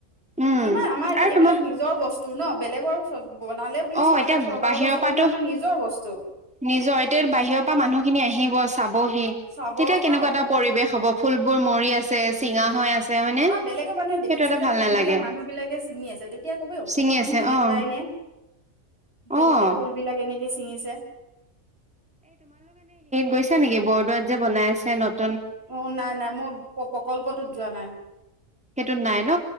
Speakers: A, in the centre; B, on the right.
A: উম,
B: কিমান আমাৰ
A: আৰু
B: এইবিলাক
A: তোমাৰ
B: নিজৰ বস্তু ন। বেলেগৰ চব বনালে বুলি
A: অ',
B: চৰকাৰে
A: এতিয়া
B: চৰকাৰৰ
A: বাহিৰৰ
B: বস্তু
A: পৰাতো
B: নহয়, আমাৰ নিজৰ বস্তু।
A: নিজৰ, এতিয়া বাহিৰৰ পৰা
B: উম
A: মানুহখিনি আহি দিৱস চাবহি,
B: চাব
A: তেতিয়া কেনেকুৱা
B: অ
A: এটা পৰিবেশ হ'ব? ফুলবোৰ মৰি আছে চিঙা হৈ আছে হয়নে?
B: বা বেলেগৰ মানুহে দেখিছে
A: সেইটো এটা
B: যে
A: ভাল
B: ফুলবিলাক
A: নালাগে
B: মানুহবিলাকে ছিঙি আছে তেতিয়া কব অসমৰ
A: ছিঙি
B: মানুহ
A: আছে
B: এনেকুৱাই
A: অ',
B: নে? যে
A: অ'।
B: এনেকে ফুলবিলাকে কেনেকে ছিঙিছে
A: গৈছে নেকি বৰদোৱাত যে বনাই আছে নত
B: অ নাই নাই মই প্ৰকল্পটোত যোৱা নাই
A: সেইটোত নাই ন?